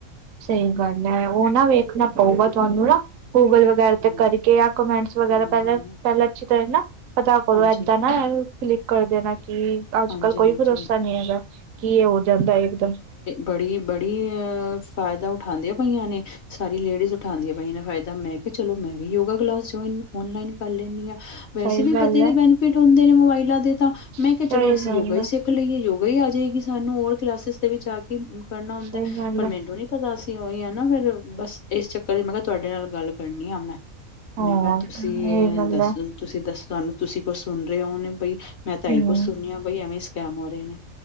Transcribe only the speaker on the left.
ਹਾਂ
ਹਾਂ
ਹਾਂਜੀ
ਹਾਂਜੀ
ਹਾਂਜੀ
ਬੜੀ-ਬੜੀ ਅਹ ਫਾਇਦਾ ਉਠਾਦੀਆਂ ਪਈਆਂ ਨੇ ਸਾਰੀ ਲੇਡੀਜ਼ ਉਠਾਦੀਆ ਪਾਈਆ ਨੇ ਫਾਇਦਾ ਮੈਂ ਕਿਹਾ ਚਲੋ ਮੈਂ ਵੀ ਯੋਗਾ ਕਲਾਸ ਜੁਆਇਨ ਓਨਲਾਈਨ ਕਰ ਲੈਣੀ ਆ ਵੈਸੇ
ਵੀ
ਟ ਹੁੰਦੇ ਨੇ ਮੋਬਾਇਲਾਂ ਦੇ ਤਾਂ, ਮੈਂ ਕਿਹਾ
ਚਲੋ ਅਸੀਂ
ਯੋਗਾ ਹੀ
ਸਿੱਖ ਖ ਲਈਏ ਯੋਗਾ ਈ ਆ ਜਾਏਗੀ ਸਾਨੂੰ ਹੋਰ ਕਲਾਸਿਸ ਦੇ ਵਿੱਚ ਆ ਕੇ ਕਰਨਾ ਹੁੰਦਾ
ਪਰ
ਮੈਨੂੰ ਨੀ ਪਤਾ ਅਸੀਂ ਉਹੀ ਆ ਨਾ ਫਿਰ ਬਸ ਇਸ ਚੱਕਰ ਦੀ ਮੈਂ ਕਿਹਾ ਤੁਹਾਡੇ ਨਾਲ ਗੱਲ ਕਰਨੀ ਆ ਮੈਂ।
ਮੈਂ ਕਿਹਾ ਤੁਸੀਂ
ਐਹ
ਦੱਸ-
ਤੁਸੀਂ ਦੱਸੋ ਤੁਹਾਨੂੰ ਤੁਸੀਂ ਕੁਛ ਸੁਣ ਰਹੇ ਹੋ, ਬਈ ਮੈਂ ਤਾਂਹੀ
ਕੁਛ ਸੁਣਿਆ ਬਈ ਐਵੇਂ ਸਕੈਮ ਹੋ ਰਹੇ ਨੇ।